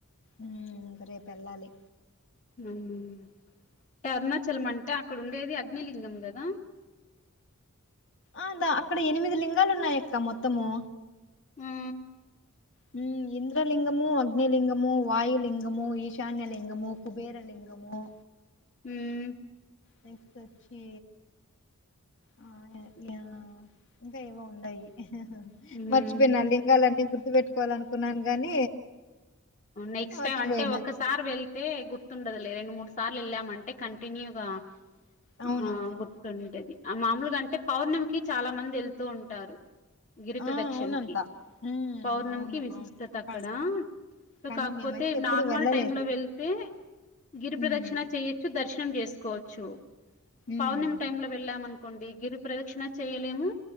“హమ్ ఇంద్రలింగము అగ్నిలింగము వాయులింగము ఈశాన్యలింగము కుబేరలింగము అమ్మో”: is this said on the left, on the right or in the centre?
Left